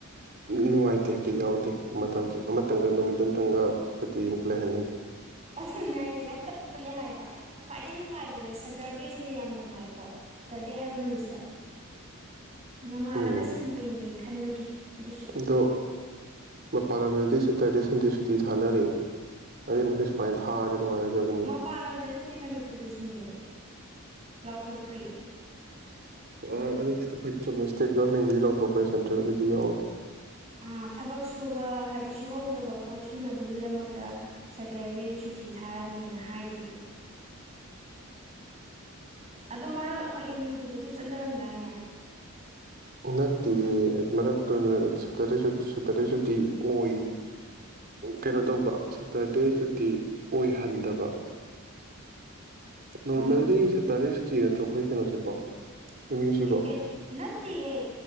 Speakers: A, on the right; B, on the right.
A: ꯅꯨꯡꯉꯥꯏꯇꯦ ꯍꯥꯏꯐꯠ ꯌꯥꯎꯗꯦ ꯃꯇꯝꯁꯦ ꯑꯃꯇꯪꯒ ꯅꯨꯃꯤꯠ ꯑꯃꯇꯪꯒ ꯁꯇꯤ ꯂꯩꯍꯟꯅꯤꯡꯉꯤ
B: ꯑꯗꯨꯅꯦ ꯍꯥꯏꯁꯦ ꯌꯥꯝ ꯇꯅꯦ ꯍꯥꯏꯕ ꯈ꯭ꯋꯥꯏꯗꯩ ꯅꯨꯡꯉꯥꯏꯕꯁꯦ ꯁꯇꯔꯗꯦꯁꯤꯅ ꯌꯥꯝ ꯅꯨꯡꯉꯥꯏꯀꯣ ꯁꯇꯔꯗꯦ ꯍꯥꯏꯕ ꯅꯨꯃꯤꯠꯁꯦ
A: <inaudible>
B: ꯅꯣꯡꯉꯥꯜꯂꯒ
A: ꯎꯝ
B: ꯁꯟꯗꯦꯅꯤ ꯈꯟꯕꯒꯤ ꯑꯗꯨ
A: ꯑꯗꯣ ꯃꯄꯥꯟ ꯂꯝꯗꯗꯤ ꯁꯦꯇꯔꯗꯦ ꯁꯟꯗꯦ ꯁꯨꯇꯤ ꯊꯥꯅꯔ ꯑꯗꯩ ꯃꯈ ꯁꯨꯃꯥꯏꯅ ꯊꯥꯔꯗꯤ ꯅꯨꯡꯉꯥꯏꯒꯗꯕꯅꯤ
B: ꯃꯄꯥꯟ ꯂꯝꯗ ꯅꯠꯇꯦ ꯃꯅꯤꯄꯨꯔꯗꯁꯨꯅꯤ ꯂꯥꯎꯊꯣꯛꯈ꯭ꯔꯤ꯫
A: ꯑꯗꯨ ꯑꯩꯈꯣꯏ ꯆꯨꯝꯃꯦ ꯏꯁꯇꯦꯠ ꯒꯔꯃꯦꯟꯒꯤꯗꯤ ꯂꯧꯊꯣꯛꯈ꯭ꯔꯦ ꯁꯦꯟꯇ꯭ꯔꯦꯜꯒꯤꯗꯤ ꯌꯥꯎꯗꯦ
B: ꯑꯥ ꯊꯕꯛ ꯁꯨꯕ ꯍꯥꯏꯗꯤ ꯁꯨꯍꯧꯗꯕ ꯄꯣꯠ ꯁꯨꯅꯕꯒꯤꯗꯃꯛꯇ꯫ ꯁꯇꯔꯗꯦꯁꯨ ꯁꯨꯇꯤ ꯊꯥꯔꯅꯤꯅ ꯍꯥꯏꯗꯨꯗꯤ ꯑꯗꯣ ꯃꯔꯛ ꯑꯃ ꯑꯦꯝ ꯌꯨꯗꯁꯨ ꯑꯗꯨ ꯆꯠꯅꯔꯝꯗꯥꯏꯅꯦ꯫
A: ꯅꯠꯇꯤꯌꯦ ꯃꯔꯛꯇꯨꯇ ꯁꯇꯔ ꯁꯇꯔꯗꯦ ꯁꯨꯇꯤ ꯑꯣꯏ꯫ ꯀꯩꯅꯣ ꯇꯧꯕ ꯁꯇꯔꯗꯦ ꯁꯇꯤ ꯑꯣꯏꯍꯟꯗꯕ꯫ ꯅꯣꯔꯃꯦꯜꯂꯤ
B: ꯃꯝ
A: ꯁꯦꯇꯔꯗꯦ ꯁꯨꯇꯤ ꯅꯠꯇ꯭ꯔꯣ ꯑꯩꯈꯣꯏ ꯀꯩꯅꯣꯁꯤꯕꯣ꯫ ꯑꯦꯝ ꯌꯨꯁꯤꯕꯣ
B: ꯑꯦ ꯑꯝ ꯅꯠꯇꯤꯌꯦ